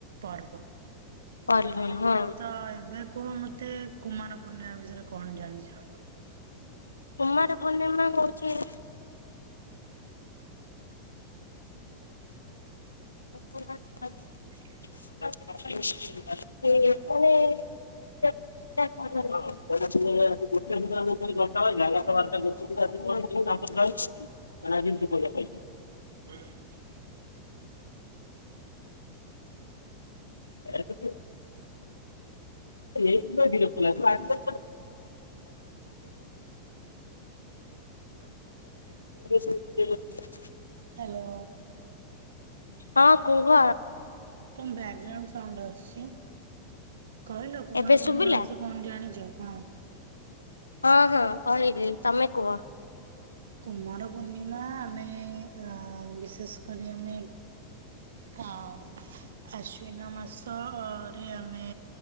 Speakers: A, on the right (about 65°); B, on the left (about 80°).
A: ପର୍ବ।
B: ଭଲ ହଁ
A: ତ ଏବେ କୁହ ମୋତେ। ଏତେ କୁମାର ପୂର୍ଣ୍ଣିମା ବିଷୟରେ କଣ ଜାଣିଛ।
B: କୁମାର ପୂର୍ଣ୍ଣିମା ହଉଛି। <inaudible>
A: <inaudible>
B: <unintelligible> <inaudible> ଗୋଟେ ଦିଟା ଘଣ୍ଟା ବାଜିଲା ଏଗାର ତା ବାରଟା <inaudible> <unintelligible>
A: <unintelligible>
B: ଏବେବି। ଏଇଥିପାଇଁ ବିରକ୍ତ ଲାଗେ ତୁ। <unintelligible> <unintelligible>
A: ହାଲୋ।
B: ହଁ କୁହ।
A: ତମ ବ୍ୟାଗଗ୍ରାଉଣ୍ଡ ସାଉଣ୍ଡ ଆସୁଛି। କହିଲ କୁମାର
B: ଏବେ ଶୁଭିଲା
A: ପୂର୍ଣ୍ଣିମା ବିଷୟରେ କଣ ଜାଣିଛ ହଁ?
B: ହଁ ହଁ କହିଲି ତମେ କୁହ।
A: କୁମାର ପୂର୍ଣ୍ଣିମା ଆମେ ଅ ବିଶେଷ କରି ଆମେ। ହଁ। ଆଶ୍ୱିନ ମାସ ଅ ରେ ଆମେ